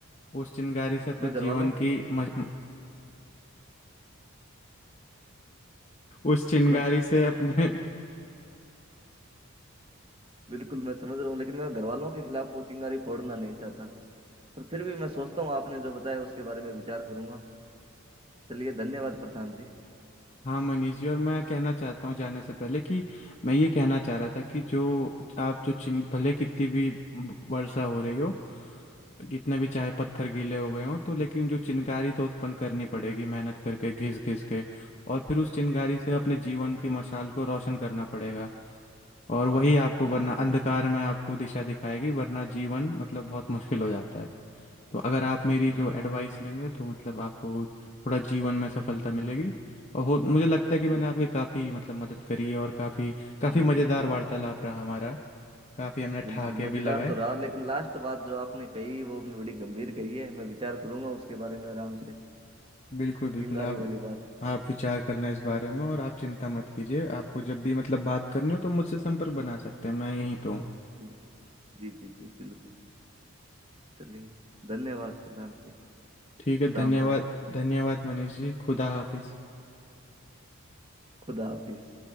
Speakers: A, on the left (about 30°); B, on the right (about 25°).
A: उस चिंगारी से अपने
B: मैं घर
A: जीवन
B: वालों
A: की मज, उस चिंगारी
B: मैं
A: से अपने
B: बिल्कुल मैं समझ रहा हूँ लेकिन मैं घर वालों के खिलाफ वो चिंगारी फोड़ना नहीं चाहता पर फिर भी मैं सोचता हूँ आपने जो बताया उसके बारे में विचार करूंगा चलिए धन्यवाद प्रशांत जी
A: हाँ मनीष जी और मैं कहना चाहता हूँ जाने से पहले कि मैं ये कहना चाह रहा था कि जो आप जो चिन भले कितनी भी ब- वर्षा हो रही हो कितने भी चाहे पत्थर गीले हो गए हों तो लेकिन जो चिनगारी तो उत्पन्न करनी पड़ेगी मेहनत करके घिस घिस के और फिर उस चिनगारी से अपने जीवन की मशाल को रोशन करना पड़ेगा और वही आपको
B: बिल्कुल
A: वरना अंधकार में आपको दिशा दिखाएगी वरना जीवन मतलब बहुत मुश्किल हो जाता है तो अगर आप मेरी
B: बिल्कुल
A: जो एडवाइस लेंगे तो मतलब आपको थोड़ा जीवन में सफलता मिलेगी
B: बिल्कुल
A: और हो मुझे लगता है कि
B: बिल्कुल
A: मैंने आपकी काफ़ी मतलब मदद करी है और काफ़ी काफ़ी
B: बिल्कुल
A: मज़ेदार वार्तालाप रहा हमारा काफ़ी हमने
B: बिल्कुल
A: ठहाके
B: मजेदार
A: भी लगाए
B: तो रहा लेकिन लास्ट बात जो आपने कही वो बड़ी गंभीर कही है मैं विचार करूंगा उसके बारे में आराम से
A: बिल्कुल बिल्कुल
B: चिंगारी
A: आप
B: वाली बात
A: आप विचार करना इस बारे में और आप चिंता मत कीजिए आपको जब भी मतलब बात करनी हो तो मुझसे संपर्क बना सकते हैं मैं यहीं पे हूँ
B: बिल्कुल जी जी जी बिल्कुल चलिए धन्यवाद प्रशांत जी
A: ठीक है धन्यवाद
B: राम राम
A: धन्यवाद मनीष जी खुदा हाफिज़
B: खुदा हाफिज